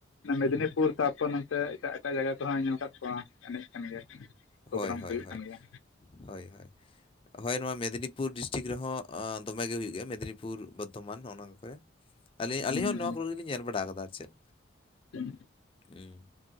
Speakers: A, on the left; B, on the left.
A: ᱢᱮᱫᱽᱱᱤᱯᱩᱨ ᱛᱟᱨᱯᱚᱨ ᱱᱚᱱᱛᱮ ᱮᱴᱟᱜ ᱮᱴᱟᱜ ᱡᱟᱭᱜᱟ ᱠᱚᱦᱚᱸ ᱧᱮᱞ ᱟᱠᱟᱫ ᱠᱚᱣᱟ ᱮᱱᱮᱡ ᱠᱟᱱ ᱜᱮᱭᱟ ᱯᱨᱳᱜᱨᱟᱢ
B: ᱦᱳᱭ ᱦᱳᱭ
A: ᱠᱚ ᱦᱩᱭᱩᱜ
B: ᱦᱳᱭ
A: ᱠᱟᱱ ᱜᱮᱭᱟ
B: ᱦᱳᱭ ᱦᱳᱭ ᱦᱳᱭ ᱱᱚᱣᱟ ᱢᱮᱫᱱᱤᱯᱩᱨ ᱰᱤᱥᱴᱤᱠ ᱨᱮᱦᱚᱸ ᱫᱚᱢᱮ ᱜᱮ ᱦᱩᱭᱩᱜ ᱜᱮᱭᱟ ᱢᱮᱫᱱᱤ ᱯᱩᱨ ᱵᱚᱨᱫᱷᱚᱢᱟᱱ ᱦᱚᱜᱼᱚ ᱱᱚᱣᱟ ᱠᱚᱨᱮ ᱟᱹᱞᱤᱧ
A: ᱦᱩᱸ
B: ᱟᱹᱞᱤᱧ ᱦᱚᱸ ᱱᱚᱣᱟ ᱠᱚᱨᱮ ᱜᱮᱞᱤᱧ ᱧᱮᱞ ᱵᱟᱲᱟ ᱟᱠᱟᱫᱟ ᱟᱨ ᱪᱮᱫ
A: ᱦᱩᱸ
B: ᱦᱩᱸ